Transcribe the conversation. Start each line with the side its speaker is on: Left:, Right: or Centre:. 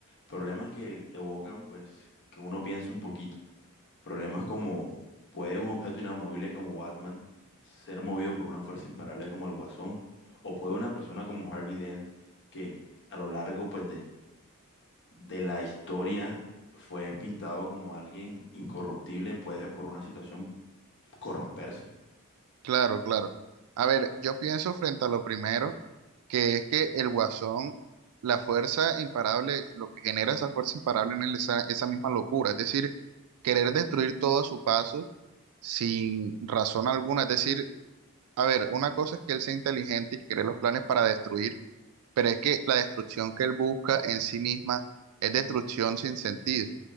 Left: problemas que evocan pues que uno piense un poquito. Problemas como, ¿puede un objeto inamovible como Batman ser movido por una fuerza imparable como el Guasón? ¿O puede una persona como Harvey Dent, que a lo largo pues, de, de la historia fue pintado como alguien incorruptible, puede por una situación corromperse?
Right: Claro, claro. A ver, yo pienso frente a lo primero, que es que el Guasón, la fuerza imparable, lo que genera esa fuerza imparable en él es esa, esa misma locura, es decir, querer destruir todo a su paso sin razón alguna, es decir, A ver, una cosa es que él sea inteligente y que cree los planes para destruir, pero es que la destrucción que él busca en sí misma es destrucción sin sentido.